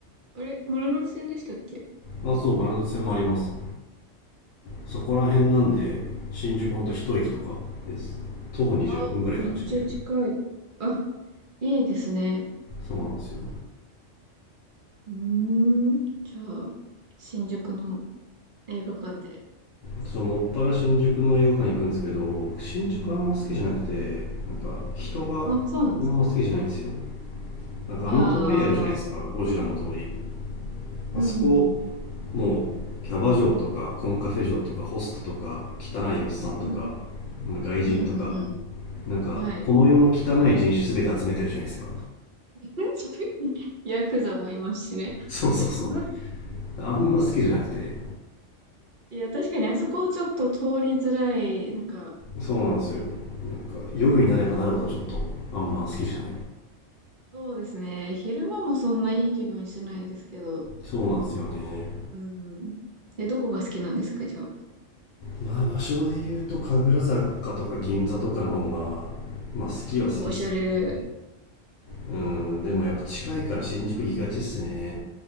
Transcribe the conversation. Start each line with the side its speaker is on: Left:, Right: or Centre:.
Right: あれ丸ノ内線でしたっけ
Left: あ、そう、丸ノ内線もあります。そこら辺なんで、新宿ほんと一駅とかです。徒歩20分ぐらいかな、
Right: あ、めっちゃ近い。
Left: 新宿。
Right: あ、いいですね。
Left: そうなんですよ。
Right: うーん。じゃあ、新宿の映画館で。
Left: そうもっぱら新宿の映画館行くんですけど僕新宿あんま好きじゃなくてなんか人が
Right: あ、そうなんですか
Left: あんま好きじゃないんですよなんかあの通りあるじゃないですかゴジラの通り
Right: ああー、うんうん
Left: あそこもうキャバ嬢とかコンカフェ嬢とかホストとか汚いおっさんとか
Right: うん。
Left: まあ外人とか
Right: うん、うんうん
Left: なんかこの世の汚い人種すべて集めてるじゃないですか
Right: うん。はい。<laughs> ヤクザもいますしね。
Left: そうそうそう
Right: <laughs>
Left: あんま好きじゃなくて
Right: いや、確かにあそこちょっと通りづらい。なんか、
Left: そうなんですよなんか夜になればなるほどちょっとあんま好きじゃない
Right: うん。そうですね。昼間もそんないい気分しないですけど。
Left: そうなんですよね
Right: うん。え、どこが好きなんですか、じゃあ。
Left: まあ場所で言うと神楽坂とか銀座とかの方がまあ好きは好きっすね
Right: おしゃれ。
Left: うんでもやっぱ近いから新宿行きがちっすね